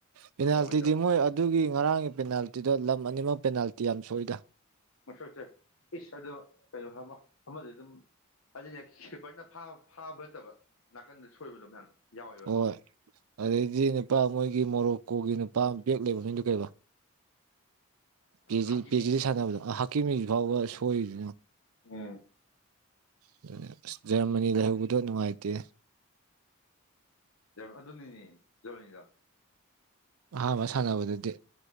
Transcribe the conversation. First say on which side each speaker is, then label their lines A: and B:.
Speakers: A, on the right (about 80°); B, on the left (about 70°).
A: ꯄꯦꯅꯥꯜꯇꯤꯗꯤ
B: ꯂꯩꯍꯧꯔꯤꯗꯣ
A: ꯃꯣꯏ ꯑꯗꯨꯒꯤ ꯉꯔꯥꯡꯒꯤ ꯄꯦꯅꯥꯜꯇꯤꯗꯣ ꯂꯝ ꯑꯅꯤꯃꯛ ꯄꯦꯅꯥꯜꯇꯤ ꯌꯥꯝ ꯁꯣꯏꯗ
B: ꯃꯁꯛꯁꯦ ꯏꯁ ꯑꯗꯣ ꯀꯩꯅꯣ ꯑꯃꯗꯤ ꯑꯗꯨꯝ ꯑꯗꯨꯅꯦ ꯁ꯭ꯋꯄꯔꯅ ꯐꯥꯕ ꯅꯠꯇꯕ ꯅꯥꯀꯟꯗ ꯁꯣꯏꯕꯗꯣ ꯃꯌꯥꯝ ꯌꯥꯎꯋꯦꯕ
A: ꯍꯣꯏ ꯑꯗꯩꯗꯤ ꯅꯨꯄꯥ ꯃꯣꯏꯒꯤ ꯃꯣꯔꯣꯛꯀꯣꯒꯤ ꯅꯨꯄꯥ ꯕꯦꯛ ꯂꯩꯕ <unintelligible> ꯀꯩꯕ ꯄꯦꯖꯤ
B: ꯍꯥꯀꯤꯃꯤ
A: ꯄꯦꯖꯤꯗꯤ ꯁꯥꯟꯅꯕꯗꯣ ꯍꯥꯛꯀꯤꯃꯤ ꯐꯥꯎꯕ ꯁꯣꯏꯔꯤꯗꯨꯅꯤ
B: ꯎꯝ
A: ꯑꯗꯨꯅꯦ ꯑꯁ ꯖꯔꯃꯅꯤ ꯂꯩꯍꯧꯕꯗꯣ ꯅꯨꯡꯉꯥꯏꯇꯦ
B: ꯑꯗꯨꯅꯤꯅꯦ ꯖꯔꯃꯅꯤꯗꯣ
A: ꯑꯍꯥꯟꯕ ꯁꯥꯟꯅꯕꯗꯗꯤ